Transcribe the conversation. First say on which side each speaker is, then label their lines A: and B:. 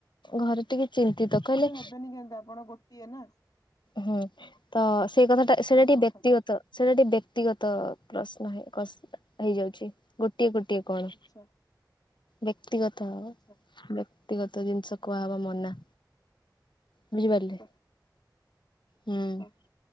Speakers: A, on the left; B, on the left.
A: ଘରେ ଟିକେ ଚିନ୍ତିତ କହିଲେ।
B: ହେବେନି କେମିତି ଆପଣ ଗୋଟିଏ ନା
A: ହୁଁ, ତ ସେଇ କଥାଟା
B: ବୁଝନ୍ତୁ
A: ସେଇଟା ଟିକେ
B: କଥାଟା
A: ବ୍ୟକ୍ତିଗତ। ସେଇଟା ଟିକେ ବ୍ୟକ୍ତିଗତ ପ୍ରଶ୍ନ ହେଇଯାଉଛି ଗୋଟିଏ ଗୋଟିଏ। କଣ
B: ଆଚ୍ଛା
A: ବ୍ୟକ୍ତିଗତ?
B: ଆଚ୍ଛା।
A: ବ୍ୟକ୍ତିଗତ ଜିନିଷ କୁହାହବା ମନା। ବୁଝିପାରିଲେ
B: ଆଛା
A: ହୁଁ
B: <unintelligible>